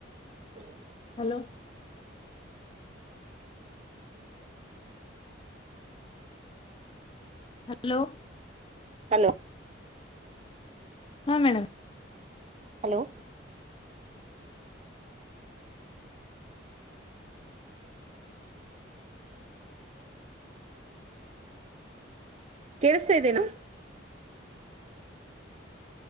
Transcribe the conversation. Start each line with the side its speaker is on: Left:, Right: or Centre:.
Right: ಹ
Left: hello hello
Right: hello
Left: ಹಾ madam
Right: hello ಕೇಳಿಸತಾ ಇದ್ದೇನಾ